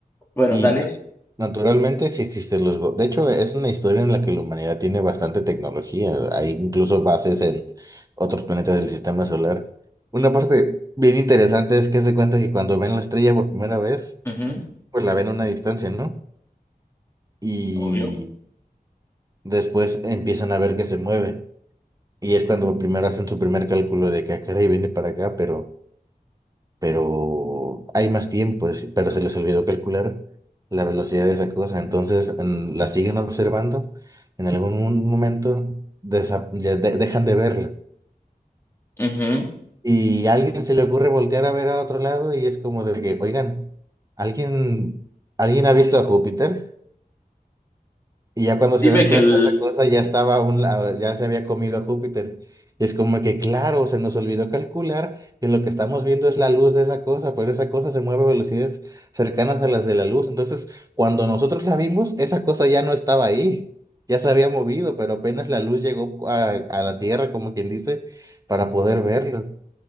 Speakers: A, on the left (about 15°); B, on the right (about 20°).
A: Bueno,
B: Y
A: dale.
B: pues, naturalmente sí existen los... go- De hecho, es una historia en la que la humanidad tiene bastante tecnología. Hay incluso bases en otros planetas del sistema solar. Una parte bien interesante es que se cuenta que cuando ven la estrella por primera vez,
A: Ujú,
B: pues la ven a una distancia, ¿no? Y
A: Obvio.
B: después empiezan a ver que se mueve. Y es cuando primero hacen su primer cálculo de que, "Ah, caray, viene para acá, pero... pero hay más tiempo, es- pero se les olvidó calcular la velocidad de esa cosa, entonces mm, la siguen observando, en algún un- momento desa- ya de- dejan de verla
A: Ujú.
B: y a alguien se le ocurre voltear a ver a otro lado y es como de que, oigan, ¿alguien, alguien ha visto a Júpiter? Y ya cuando se
A: Dime
B: dan
A: que
B: cuenta
A: el.
B: de esa cosa, ya estaba a un lado, ya se había comido a Júpiter. Y es como que, claro, se nos olvidó calcular que lo que estamos viendo es la luz de esa cosa, pero esa cosa se mueve a velocidades cercanas a las de la luz. Entonces, cuando nosotros la vimos, esa cosa ya no estaba ahí, ya se había movido, pero apenas la luz llegó a, a la Tierra, como quien dice, para poder verlo.